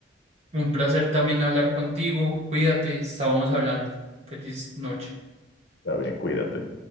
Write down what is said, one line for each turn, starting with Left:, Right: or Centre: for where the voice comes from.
Right: Un placer también hablar contigo. Cuídate, estábamos hablando. Feliz noche.
Left: Está bien, cuídate.